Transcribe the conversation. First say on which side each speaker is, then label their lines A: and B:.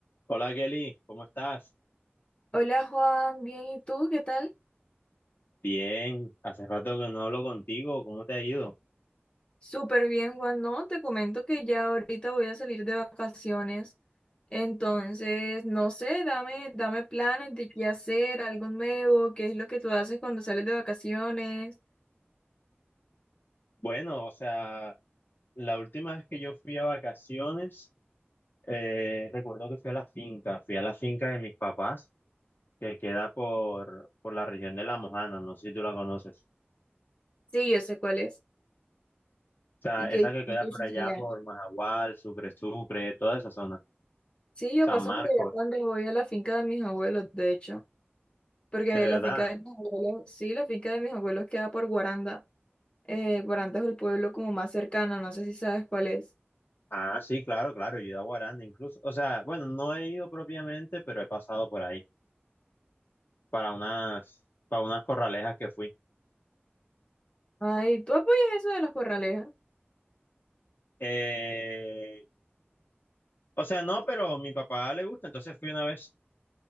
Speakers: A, on the left; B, on the left.
A: Hola Kelly, ¿cómo estás?
B: Hola Juan, bien, ¿y tú qué tal?
A: Bien, hace rato que no hablo contigo, ¿cómo te ha ido?
B: Súper bien, Juan. No, te comento que ya ahorita voy a salir de vacaciones. Entonces, no sé, dame, dame planes de qué hacer, algo nuevo, qué es lo que tú haces cuando sales de vacaciones.
A: Bueno, o sea, la última vez que yo fui a vacaciones, eh, recuerdo que fui a la finca, fui a la finca de mis papás, que queda por, por la región de La Mojana, no sé si tú la conoces.
B: Sí, yo sé cuál es.
A: O sea,
B: ¿Y qué,
A: esa que
B: y
A: queda
B: qué
A: por
B: hiciste
A: allá
B: allá?
A: por Majagual, Sucre, Sucre, toda esa zona,
B: Sí, yo
A: San
B: paso
A: Marcos,
B: por allá cuando voy a la finca de mis abuelos, de hecho. Porque
A: de verdad.
B: la finca de mis abuelos, sí, la finca de mis abuelos queda por Guaranda. Eh, Guaranda es el pueblo como más cercano, no sé si sabes cuál es.
A: Ah, sí, claro, claro, yo he ido a Guaranda incluso. O sea, bueno, no he ido propiamente, pero he pasado por ahí. para unas, para unas corralejas que fui.
B: Ay, ¿tú apoyas eso de las corralejas?
A: Eh, o sea, no, pero a mi papá le gusta, entonces fui una vez.